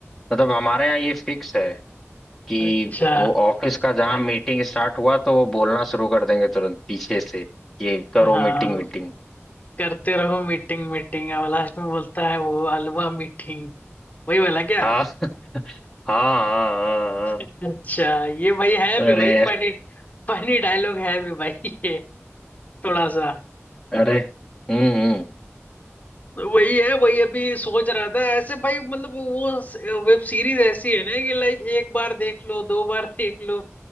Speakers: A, in the centre; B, on the left.
A: मतलब हमारे यहाँ ये फिक्स है कि
B: अच्छा
A: वो ऑफिस का जहां मीटिंग स्टार्ट हुआ तो वो बोलना शुरू कर देंगे तुरंत पीछे से ये करो
B: हाँ
A: मीटिंग मीटिंग
B: करते रहो मीटिंग मीटिंग अब लास्ट में बोलता है वो अलवा मीटिंग वही वाला क्या
A: हाँ <laughs> हाँ हाँ हाँ हाँ।
B: अच्छा ये भाई है
A: अरे
B: भी भाई फनी फनी डायलॉग है भी भाई ये थोड़ा सा
A: अरे हम्म हम्म,
B: वही है वही अभी सोच रहा था ऐसे भाई मतलब वो वेब सीरीज ऐसी है ना कि लाइक एक बार देख लो दो बार देख लो